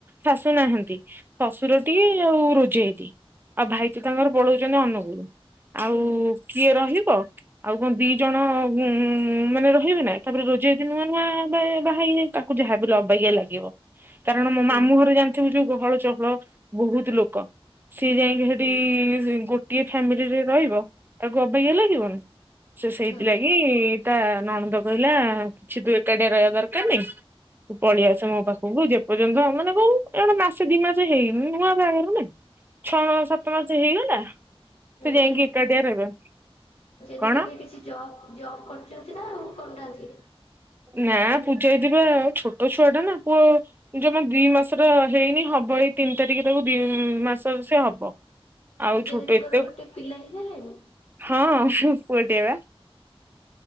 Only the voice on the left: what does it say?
ହୁଁ
ହୁଁ
ସେଇଆ
ହଁ
ହଁ।
<unintelligible> ପୂଜା
ଦିଦି
ଏବେ କିଛି ଜବ ଜବ କରୁଛନ୍ତି ନା ଆଉ କରୁନାହାନ୍ତି?
ପୂଜା
ଦିଦିଙ୍କର
ଗୋଟେ ପିଲା ହେଇଗଲାଣି